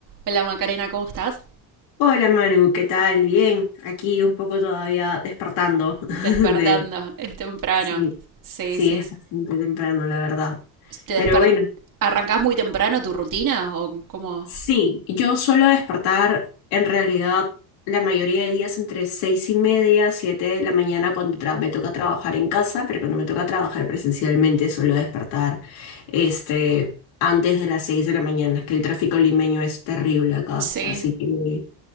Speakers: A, on the right; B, on the left.
A: Hola Macarena, ¿cómo estás?
B: Hola Manu, ¿qué tal? Bien, aquí un poco todavía despertando <laughs>
A: Despertando,
B: de...
A: es temprano.
B: Sí,
A: Sí,
B: sí,
A: sí.
B: es
A: sí.
B: bastante temprano, la verdad.
A: ¿Te
B: Pero
A: desper...
B: bueno,
A: ¿Arrancás muy temprano tu rutina o cómo?
B: sí, yo suelo despertar en realidad la mayoría de días entre seis y media, siete de la mañana cuando tra- me toca trabajar en casa, pero cuando me toca trabajar presencialmente suelo despertar este, antes de las seis de la mañana, es que el tráfico limeño es terrible acá,
A: Sí.
B: así que...